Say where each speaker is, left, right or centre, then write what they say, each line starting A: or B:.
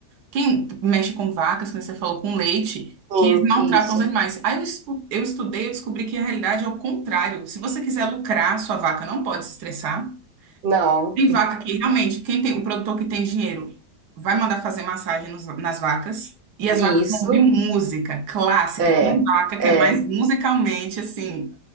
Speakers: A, on the right; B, on the right.
A: quem mexe com vacas, como você falou, com leite,
B: Sim,
A: que eles maltratam
B: isso.
A: os animais. Aí eu, escu- eu estudei, eu descobri que a realidade é o contrário. Se você quiser lucrar, sua vaca não pode se estressar.
B: Não,
A: Tem vaca que realmente, quem tem, o produtor que tem dinheiro vai mandar fazer massagem nos- nas vacas. E as
B: isso,
A: vacas vão ouvir música clássica.
B: é,
A: Tem vaca que
B: é.
A: é mais musicalmente, assim,